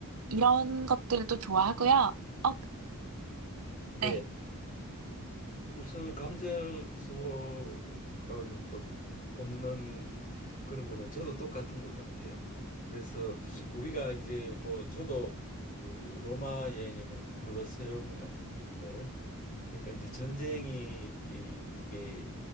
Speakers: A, on the right (about 70°); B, on the left (about 40°).
A: 이런
B: 네.
A: 것들도 좋아하고요. 어,
B: 네.
A: 네.
B: 우선 감정 소모가 이제 좀 없는 그런 거는 저도 똑같은 것 같아요. 그래서 우리가 이제 뭐 저도 그 로마 여행해 보니까 콜로세움 같은 것들 그러니까 이제 전쟁이 이, 이게